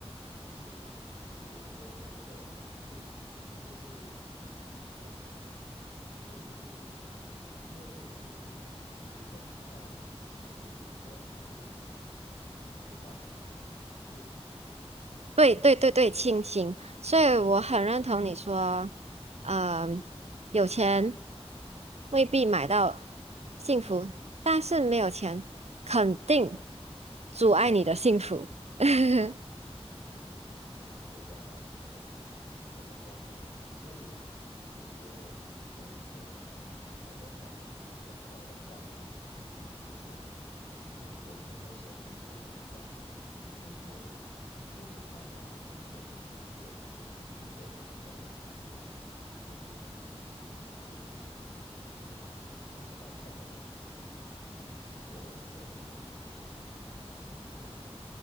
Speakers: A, on the left; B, on the right.
A: 理解理解你的那一个难处，就是你有钱也未必是幸福，因为有一些幸福是金钱买不到的，就比如说亲情、陪伴，对吧？
B: 对对对对，亲情。所以我很认同你说，嗯、有钱未必买到幸福，但是没有钱肯定阻碍你的幸福。<laughs>
A: 是的，这个就是我的观点啦、所以，其实现实生活中，很多人把金钱跟快乐挂钩，就是你要很多钱，你就会觉得快乐。但是，就是到了一定的境界或者一定的那一个财富，你就觉得金钱这一堆数字根本带不到快乐了给我。偶尔就好像有一些富豪，他们会很有钱，